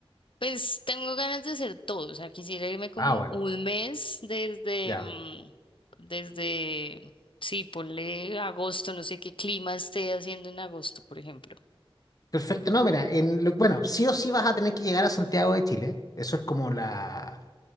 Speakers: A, on the left (about 60°); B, on the left (about 40°).
A: Pues tengo ganas de hacer todo, o sea, quisiera irme como
B: Ah, bueno,
A: un mes desde,
B: ya.
A: mm, desde, sí, ponle agosto, no sé qué clima esté haciendo en agosto, por ejemplo.
B: Perfecto, no, mira, en lo- bueno, sí o sí vas a tener que llegar a Santiago de Chile, eso es como la,